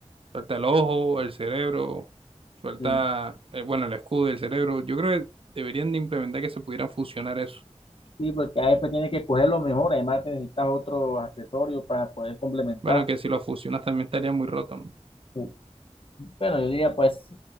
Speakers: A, on the right; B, on the left.
A: Suelta el ojo, el cerebro, suelta,
B: Sí,
A: el- bueno, el escudo y el cerebro. Yo creo que deberían de implementar que se pudieran fusionar eso.
B: sí, porque a veces tienes que coger lo mejor, además te necesitas otros accesorios para poder complementar.
A: Bueno, que si lo fusionas también estaría muy roto, ¿no?
B: Sí. Bueno, yo diría, pues,